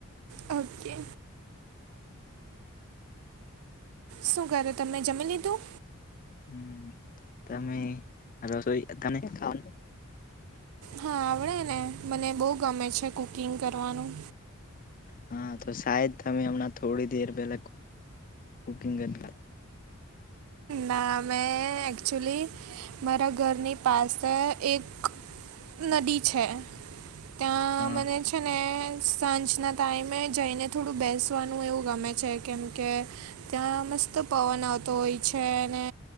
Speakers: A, on the right; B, on the left.
A: ઓકે, શું કરે તમે જમી લીધું?
B: હમ તમે રસોઈ તમે <unintelligible>
A: હા, આવડે ને, મને બહુ ગમે છે. કુકિંગ કરવાનું,
B: હા તો શાયદ તમે હમણા થોડી દેર પહેલા, કુકિંગ, <unintelligible> <inaudible>
A: નામે એકક્ચુલી, મારા ઘરની પાસે એક નદી છે. ત્યાં
B: હા
A: મને છે ને, સાંજના ટાઈમે જઈને થોડું બેસવાનું એવું ગમે છે. કેમ કે, ત્યાં મસ્ત પવન આવતો હોય છે. અને,